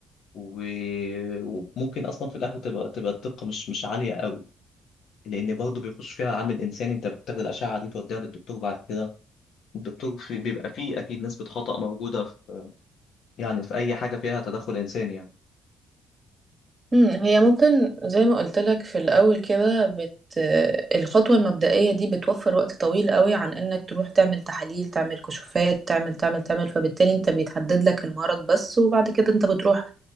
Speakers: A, on the left; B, on the right.
A: و... وممكن اصلا في الاخر تبقى تبقى الدقة مش مش عالية قوي لان برضه بيخش فيها عامل انساني انت بتاخد الاشعه دي توديها للدكتور بعد كده الدكتور في بيبقى فيه اكيد نسبه خطا موجوده في يعني في اي حاجه فيها تدخل انساني يعني
B: مم، هي ممكن زي ما قلت لك في الأول كده بت... الخطوة المبدئية دي بتوفر وقت طويل قوي عن إنك تروح تعمل تحاليل تعمل كشوفات تعمل تعمل تعمل فبالتالي أنت بيتحدد لك المرض بس وبعد كده أنت بتروح